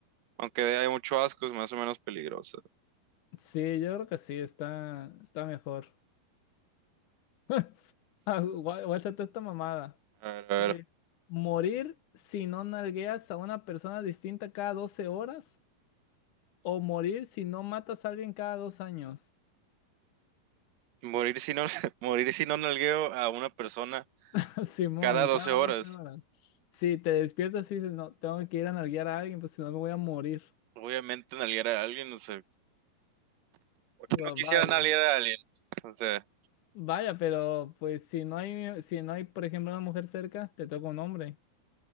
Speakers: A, on the right; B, on the left.
A: aunque de- hay mucho asco, se me hace menos peligroso.
B: Sí, yo creo que sí, está, está mejor. <laughs> Ah, guá- Guáchate esta mamada.
A: A ver, a
B: Eh,
A: ver.
B: morir si no nalgueas a una persona distinta cada 12 horas o morir si no matas a alguien cada dos años.
A: Morir si no, <laughs> morir si no nalgueo a una persona
B: <laughs> Simón,
A: cada 12
B: cada
A: horas.
B: 12 horas. Si te despiertas y dices, no, tengo que ir a nalguear a alguien, pues si no me voy a morir.
A: Obviamente nalguear a alguien, no sé, ¿Por
B: Bueno,
A: no quisiera
B: vaya.
A: nalguear a alguien? O sea,
B: Vaya, pero pues si no hay, si no hay, por ejemplo, una mujer cerca, te toca un hombre.